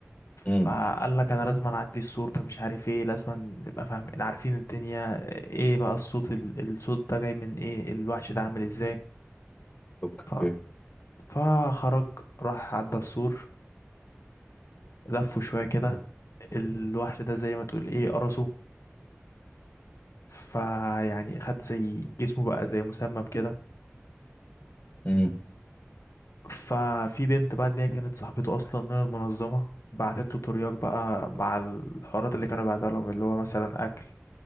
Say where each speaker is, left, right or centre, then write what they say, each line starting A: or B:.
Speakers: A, on the left; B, on the left.
A: امم
B: فقال لك انا لازم اعدي السور ده مش عارف ايه لازم نبقى فاهمين عارفين الدنيا ايه بقى الصوت ال- الصوت ده جاي من ايه الوحش ده عامل ازاي
A: اوكي
B: ف... فخرج راح عدى السور لفه شويه كده الوحش ده زي ما تقول ايه قرصه فيعني خد زي جسمه بقى زي مسمم كده
A: امم
B: ففي بنت بقى اللي هي كانت صاحبته اصلا من المنظمه بعتت له ترياق بقى مع الحوارات اللي كانوا بيعتها لهم اللي هو مثلا اكل